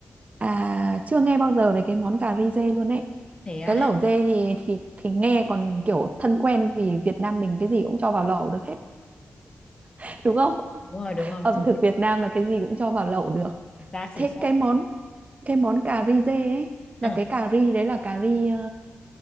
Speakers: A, on the right; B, on the left.
A: à chưa nghe bao giờ về cái món cà ri dê luôn ấy
B: Thế á,
A: cái lẩu dê thì thì thì nghe còn kiểu thân quen vì Việt Nam mình cái gì cũng cho vào lẩu được hết <laughs> đúng không
B: đúng rồi, đúng rồi,
A: ẩm
B: chính
A: thực
B: xác,
A: Việt Nam là cái gì cũng cho vào lẩu được
B: chính xác.
A: thế
B: chính
A: cái món cái món cà ri dê ấy là
B: xác.
A: cái cà ri đấy là cà ri ờ,